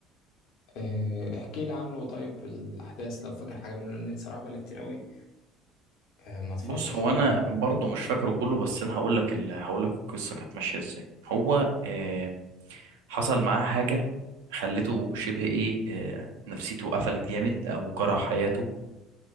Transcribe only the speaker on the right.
بص هو
انا
برضه مش فاكره كله بس انا هقول لك ال... هقول لك القصه كانت ماشيه ازاي هو آه حصل معاه حاجه خلته شبه ايه آه نفسيته قفلت جامد او كره حياته